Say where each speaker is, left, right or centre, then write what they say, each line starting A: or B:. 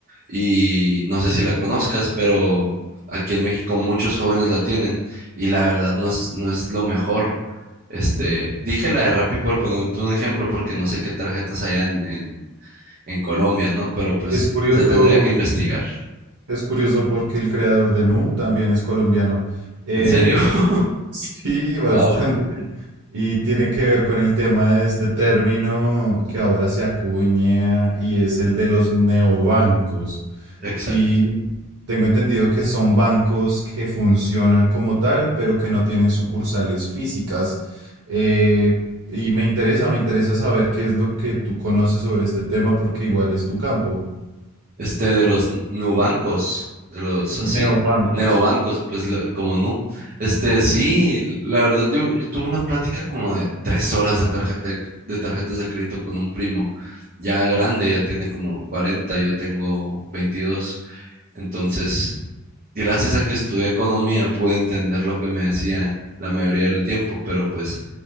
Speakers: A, on the right; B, on the right.
A: Y no sé si la conozcas, pero aquí en México muchos jóvenes la tienen. Y la verdad no es, no es lo mejor. Este, dije la de Rappi por ponerte un ejemplo, porque no sé qué tarjetas hay en, en, en Colombia, ¿no? Pero pues
B: Es curioso,
A: se tendría que investigar.
B: es curioso porque el creador de Nu también es colombiano. Eh,
A: ¿En serio? <laughs>
B: Sí, bastante.
A: Wow.
B: Y tiene que ver con el tema de este término que ahora se acuña y es el de los neobancos.
A: Exacto.
B: Y tengo entendido que son bancos que funcionan como tal, pero que no tienen sucursales físicas. Eh, y me interesa, me interesa saber qué es lo que tú conoces sobre este tema porque igual es tu campo.
A: este, de los n- nubancos, de los así,
B: Neobancos.
A: neobancos, pues lo- como no Este, sí, la verdad, yo, yo tuve una plática como de tres horas de tarjeta, de c- de tarjetas de crédito con un primo, ya grande, ya tiene como cuarenta yo tengo veintidós Entonces, gracias a que estudié economía, pude entender lo que me decía la mayoría del tiempo, pero pues